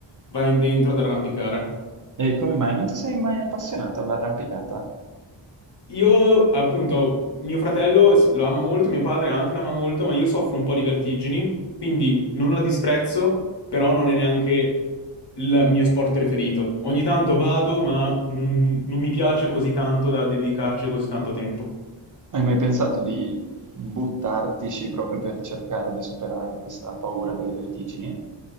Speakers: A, on the left (about 60°); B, on the right (about 45°).
A: va in dentro ad arrampicare.
B: E come mai non ti sei mai appassionato all'arrampicata?
A: Io, appunto, mio fratello sì, lo ama molto, mio padre anche l'ama molto, ma io soffro un po' di vertigini, quindi non la disprezzo, però non è neanche il mio sport preferito. Ogni tanto vado, ma non, non mi piace così tanto da dedicarci così tanto tempo.
B: Hai mai pensato di buttartici proprio per cercare di superare questa paura delle vertigini?